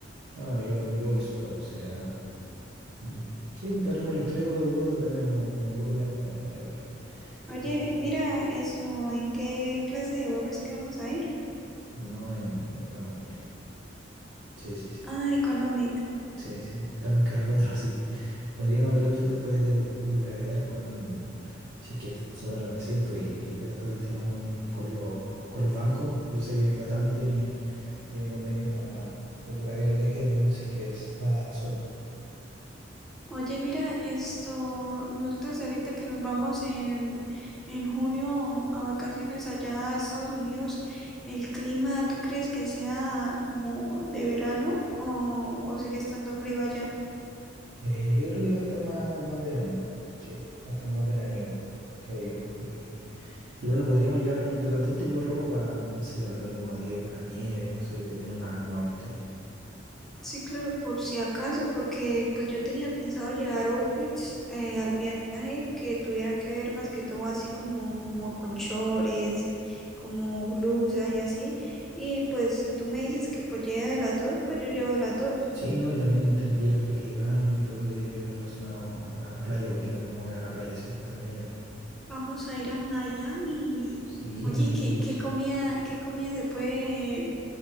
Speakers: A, on the right; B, in the centre.
A: Bueno, yo, yo voy solo, o sea, Mm, Sí, podríamos ir los tres o los dos, depende como, como tú lo veas, me, me da igual.
B: Oye,
A: Eh,
B: mira, esto, ¿en qué clase de vuelos que vamos a ir?
A: no en Economic. Sí, sí, sí.
B: Ah, económico.
A: Sí, sí. Está muy caro el otro, <laughs> así que podríamos ver la opción después de u- upgradear con si es que sobran asientos y, y ver todo el tema con, con, los, con los bancos. Yo sé que la TAM tiene, tiene convenios para upgradear el viaje dependiendo si es que es- va solo.
B: Oye, mira, esto, nosotros ahorita que nos vamos en, en junio a vacaciones allá a Estados Unidos, ¿el clima tú crees que sea como de verano o, o sigue estando frío allá?
A: Eh, yo creo que va a estar más, más verano, sí, va a estar más veraniego, creo yo. Y, y bueno, podríamos llevar de los dos tipos de ropa para, no sé, tal vez algunos días ir a la nieve, no sé, qué opinas más al norte.
B: Sí, claro, por si acaso, porque pues yo tenía pensado llevar outfits eh, al viaje que tuvieran que ver más que todo así como, como con chores, como blusas y así. Y pues si tú me dices que pues lleve de las dos, pues yo llevo de las dos.
A: Sí, ¿no? Y también tenés que llevar traje de baño y todo lo que tiene que ver relacionado a, a la playa, porque también vamos a ir a la playa si vamos a estar en Miami.
B: Vamos a ir a Miami.
A: Sí,
B: Oye,
A: Miami
B: ¿qué,
A: Beach.
B: qué comida, qué comida se puede,